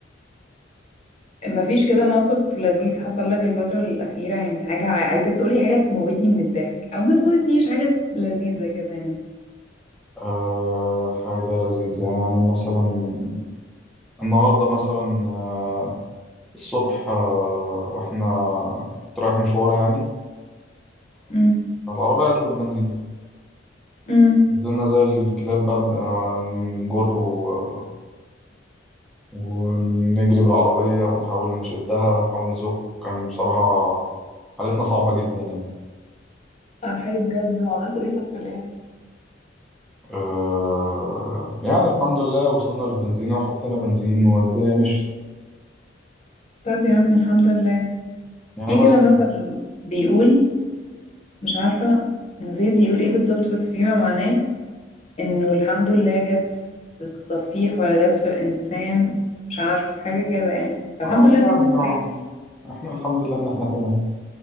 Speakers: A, on the left (about 35°); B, in the centre.
A: مفيش كده موقف لذيذ حصل لك الفترة الأخيرة يعني حاجة عا- عايزاك تقولي حاجة تموتني من الضحك او ما تموتنيش حاجة لذيذة كده يعني
B: آه، حاجة لذيذة يعني مثلا النهاردة مثلا آه، الصبح آه، وإحنا كنت رايح مشوار يعني
A: امم
B: فالعربية عطلت بنزين
A: امم
B: نزلنا زي الكلاب بقى بن- آه، نجر و- ونجري بالعربية ونحاول نشدها ونحاول نزق وكان بصراحة حالتنا صعبة جدا يعني
A: انا حي بجد وعملتوا ايه طب في الاخر
B: آه يعني الحمد لله وصلنا للبنزينة وحطينا بنزين والدنيا مشيت
A: طب يا عم الحمد لله
B: يعني
A: في
B: مثلا
A: كده مثل بيقول مش عارفة نسيت بيقول ايه بالظبط بس فيما معناه انه الحمد لله جت في الصفيح ولا جت في الانسان مش عارف حاجة كده يعني الحمد
B: اه
A: لله ان
B: يعني
A: انتوا
B: نوعا
A: كويسين
B: ما احنا الحمد لله ان احنا تمام